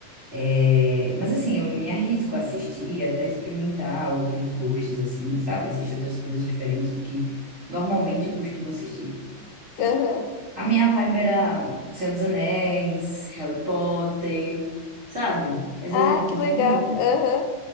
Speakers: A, on the right (about 35°); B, on the left (about 80°).
A: É, mas assim, eu me arrisco a assistir, até experimentar outros gostos, assim, sabe? Assistir outras coisas diferentes do que normalmente eu costumo assistir. Tipo,
B: Aham.
A: a minha vibe era Senhor dos Anéis, Harry Potter, sabe? Essas
B: Ah,
A: coisas.
B: que legal. Aham.